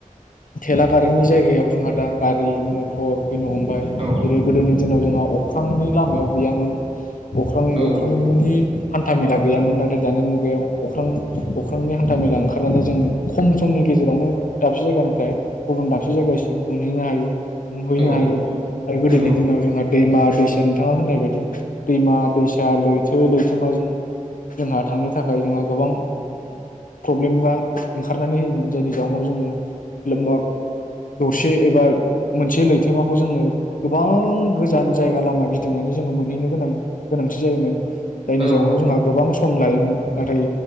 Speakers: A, on the left; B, on the right.
A: थेला गारिनि जायगायाव जोंहा दा गारि म टर फैनो हमबाय
B: औ
A: जेरै गोदोनि दिनाव जोंहा अख्रांनि लामायाव गैयामोन अख्रांनि-अख्रांनि
B: औ
A: हान्था मेला गैयामोन नाथाय दानि मुगायाव अ हानथा मेला ओंखारनानै खम‌ समनि गेजेरावनो दाबसे जायगानिफ्राय गुबुन दाबसे जायगासिम मोनहैनो हायो नुहैनो
B: औ
A: हायो आरो गोदोनि
B: औ
A: दिनाव जोंहा दैमा दैसा नोंथाङा होननाय बेबायदि दैमा दैसा लैथो लै थोमाजों जोंहा थांनो थाखाय जोंहा गोबां प्रब्लेमा ओंखारनानै होयोमोन जायनि जाउनाव जोङो लोमबा दरसे एबा मोनसे लैथोमाखौ जोङो गोबां गोजान जायगा लामा गिदिंनानै जोङो मोनहैनो गोनां गोनांथि जायोमोन। जायनि
B: औ
A: जाउनाव
B: औ
A: जोंहा गोबां सम लायोमोन नाथाय